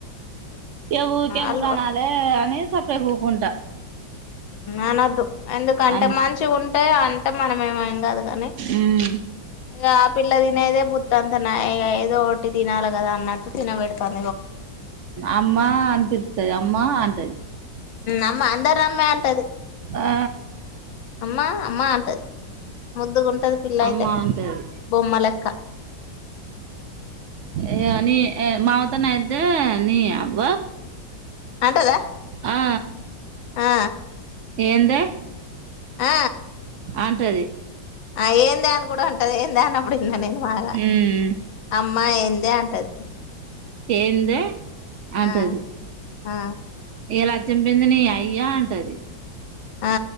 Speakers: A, on the right (about 85°); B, on the left (about 80°).
A: ఎవఊక
B: అల్
A: దుకానాల అని సప్పుడే కూకుంటా
B: అనద్దు ఎందుకంటే
A: అని
B: మంచి ఉంట అంటే అంటే మనమేమ కాదు కానీ
A: ఉమ్
B: ఇక పిల్ల తినేదే బుత్త అంత ఏదో ఒకటి తినాలి కదా అన్నట్టు తినబెడతాను
A: అమ్మ మా అమ్మా అపి ది అమ్మా అంటది
B: అమ్మ అంద రామ్ మంటది
A: ఆ
B: అమ్మా అమ్మా అంటది ముద్దుగుంటది పిల్లయితే
A: అమ్మ అంటది
B: బొమ్మ లెక్క
A: ఏ నీ మావ తోనైతే నీ అబ్బ
B: అంటదా
A: ఆ
B: ఆ
A: ఎంత
B: ఆ
A: అంటది
B: ఆ ఏందే నీ కూడా ఉంటది ఏందే అప్పుడు న్న నేను మా అమ్మ
A: మ్మ్
B: అమ్మా ఏందే అంటది
A: ఏందే అంటది
B: ఆ ఆ
A: ఇలా చంపింది నీ అయ్యా అంటది
B: ఆ